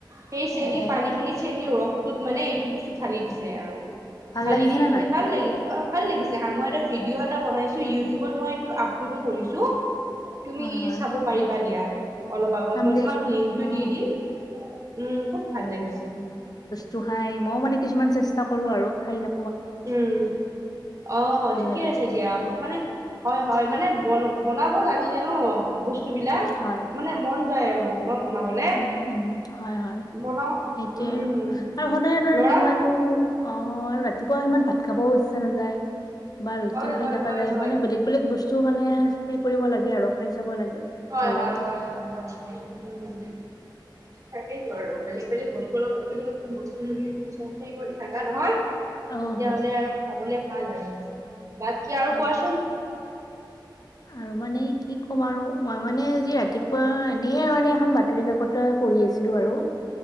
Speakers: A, on the right (about 40°); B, on the left (about 50°).
A: সেই চেনীপানীখিনিত
B: অ',
A: চেনীৰ ৰসটোত মানে এইটো বস্তু ঢালি দিছে আৰু।
B: ভাল
A: ঢালি
B: লাগিছে
A: দি সেনেকে
B: নে নাই?
A: ভাল লাগি- ভাল লাগিছ দেখাম, মই এটা ভিডিঅ এটা বনাইছো। ইউটিউবত মই ইটো আপলোডো কৰিছোঁ। তুমি
B: হয়, হয়,
A: চাব পাৰিবা দিয়া। অলপ আগত,
B: চাম
A: মই
B: দিয়াচোন।
A: তোমাক লিংকটো
B: অ',
A: দি দিম। উম, খুব ভাল লাগিছে।
B: চোহাই মইও মানে কিছুমান চেষ্টা কৰোঁ আৰু, খাই থা
A: উম। অ',
B: ভাল
A: ঠিকে
B: লাগে।
A: আছে দিয়া। মানে হয় - হয় মানে বন- বনাব জানিলে ন' বস্তুবিলাক
B: হয়,
A: মানে মন যায় আৰু ন' বনাবলে।
B: উম, উম, হয় - হয়।
A: বনাও
B: সেইটোৱে
A: উম
B: আৰু। আৰু সদায় এইদৰে
A: লৰা
B: কিমাননো অ' আৰু ৰাতিপুৱা ইমান ভাত খাবও ইচ্ছা নাযায়। বা ৰুটিও
A: হয়
B: খাই
A: হয়
B: থকা
A: হয়
B: যায়।
A: হয় হয়
B: মানে বেলেগ বেলেগ বস্তু মানে হেৰি কৰিব লাগে আৰু খাই চাব লাগে
A: হয়
B: ভাল
A: - হয়
B: লাগে
A: - হয় - হয় - হয় - হয়, উম। তাকেতো আৰু বেলেগ - বেলেগ বস্তু অলপ নতুন - নতুন বস্তু যদি তুমি সেই কৰি থাকা নহয়,
B: অ
A: তেতিয়াহ'লে
B: হয়
A: আৰু খাবলে ভাল আৰু। বাকী আৰু
B: ভাল
A: কোৱাচোন
B: আৰু মানে কি ক'ম আৰু, মই মানে আজি ৰাতিপুৱা এনেই মানে এখন বাত বতৰি কাকতে পঢ়ি আছিলোঁ আৰু।